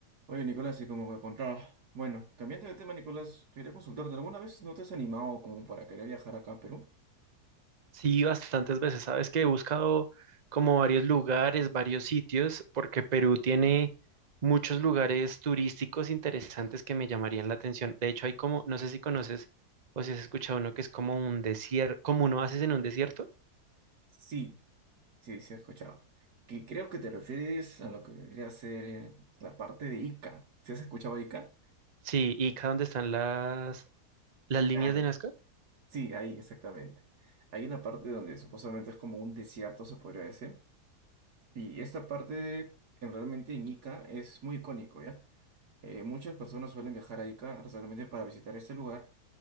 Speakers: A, on the right; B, on the right.
A: Oye, Nicolás, y como que contaba, bueno, cambiando de tema, Nicolás, quería consultarte, ¿alguna vez no te has animado como para querer viajar acá a Perú?
B: Sí, bastantes veces. Sabes que he buscado como varios lugares, varios sitios, porque Perú tiene muchos lugares turísticos interesantes que me llamarían la atención. De hecho, hay como, no sé si conoces o si has escuchado uno que es como un desierto, como un oasis en un desierto.
A: Sí, sí, sí, he escuchado. Que creo que te refieres a lo que vendría a ser eh, la parte de Ica. ¿Sí has escuchado Ica?
B: Sí, Ica, donde están las, las líneas
A: Claro,
B: de Nazca.
A: sí, ahí, exactamente. Hay una parte donde supuestamente es como un desierto, se podría decir. Y esta parte, en, realmente en Ica, es muy icónico, ¿ya? Eh, muchas personas suelen viajar a Ica, exactamente para visitar este lugar